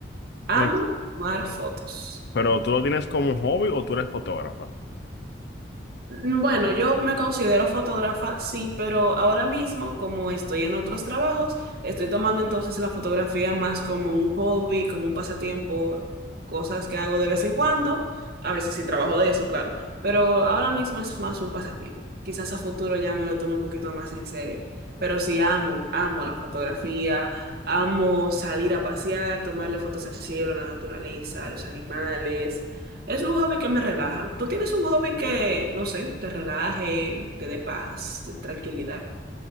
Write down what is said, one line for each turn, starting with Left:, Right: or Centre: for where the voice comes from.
Right: Amo
Left: Eh,
Right: tomar fotos.
Left: Pero tú lo tienes como un hobby o tú eres fotógrafa?
Right: Mm, Bueno, yo me considero fotógrafa, sí, pero ahora mismo, como estoy en otros trabajos, estoy tomando entonces la fotografía más como un hobby, como un pasatiempo, cosas que hago de vez en cuando. A veces sí trabajo de eso, claro, pero ahora mismo es más un pasatiempo. Quizás a futuro ya me lo tome un poquito más en serio, pero sí amo, amo la fotografía, amo salir a pasear, tomarle fotos al cielo, a la naturaleza, a los animales. Es un hobby que me relaja. ¿Tú tienes un hobby que, no sé, te relaje, te dé paz, te- tranquilidad?